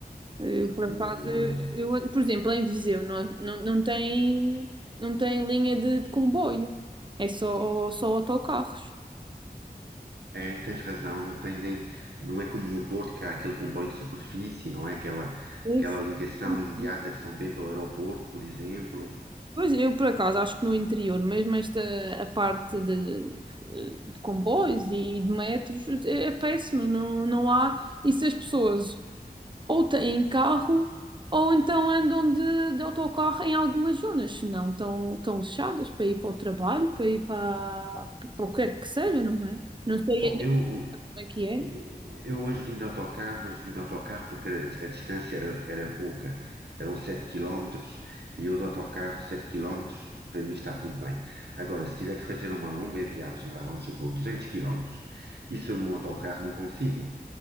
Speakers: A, on the right; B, on the right.
A: Eu, por
B: O,
A: acaso, eu,
B: ah,
A: eu- por exemplo, em Viseu não, não, não tem, não tem linha de, de comboio, é só, só autocarros.
B: é, tens razão, não tem nem, não é como no Porto, que há aquele comboio de superfície, não é aquela,
A: Pois,
B: aquela ligação
A: sim,
B: imediata
A: sim.
B: de São Bento ao aeroporto, por exemplo.
A: Pois, eu, por acaso, acho que no interior, mesmo esta a parte de, de comboios e de metros, é, é péssima, não, não há. E se as pessoas ou têm carro, ou então andam de, de autocarro em algumas zonas, senão estão estão fechadas para ir para o trabalho, para ir para, para o que quer que seja, não é? Não sei
B: Bom,
A: ainda
B: eu,
A: como é que é.
B: Eh, Eu hoje vim de autocarro, mas vim de autocarro porque a, a distância era, era pouca. Eram 7 quilómetros e eu de autocarro, 7 quilómetros para mim está tudo bem. Agora, se tiver que fazer uma longa viagem, vá, vamos supor, 200 quilómetros, isso eu num autocarro não consigo.